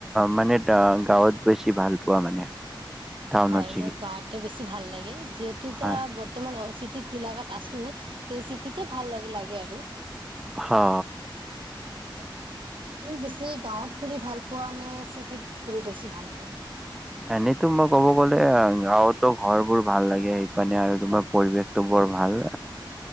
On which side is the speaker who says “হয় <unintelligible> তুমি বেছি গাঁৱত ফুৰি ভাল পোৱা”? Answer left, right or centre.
Right